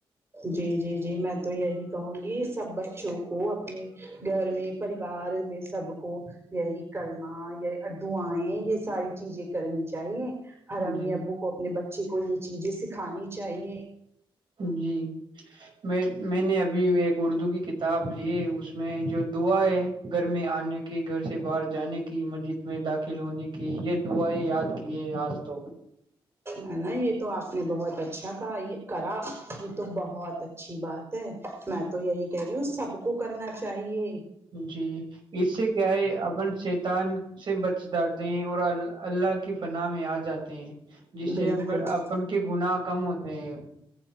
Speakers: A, on the right; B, on the right.
A: جی جی جی میں تو یہی کہوں گی سب بچوں کو اپنے گھر میں پریوار میں سب کو یہی کلمہ یا ادو آیں یہ ساری چیزیں کرنی چاہیے ہر امی
B: جی
A: ابو کو اپنے بچے کو یہ چیزیں سکھانی چاہیے
B: جی میں میں نے ابھی ایک اردو کی کتاب لیے اس میں جو دعا ہے گھر میں آنے کی گھر سے باہر جانے کی مرجد میں داخل ہونے کی یہ دعاائیں یاد کی ہے آج تو
A: ن ن یہ تو آپ نے بہت اچھا کہا یہ کرا تو بہت اچھی بات ہے میں تو یہی کہہ رہی ہوں سب کو کرنا چاہیے
B: جی اس سے کیا ہے اپن شیتان سے بچ جاتے ہیں اور اللہ کی پنا میں آ جاتے ہیں جس سے
A: بالکل
B: اپن کے گنااہ کم ہوتے ہیں